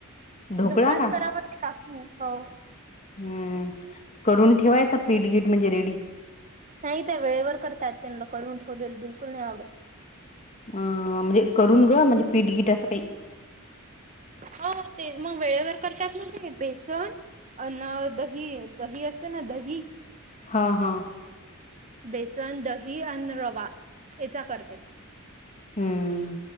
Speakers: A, on the left; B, on the right.
A: ढोकळा
B: ढोकळच
A: का
B: करावर ते काकू हो.
A: हम्म करून ठेवायचा पीठगीट म्हणजे रेडी
B: नाही त्या वेळेवर करतात त्यांना करून ठेवलेलं बिलकुल नाही आवडत.
A: अं म्हणजे करून ग म्हणजे पीठगिट असं काही.
B: हो ते मग वेळेवर करतात ना ते बेसन अन दही दही असे ना दही अ
A: हा हा.
B: बेसन दही आणि रवा याचा करते.
A: हम्म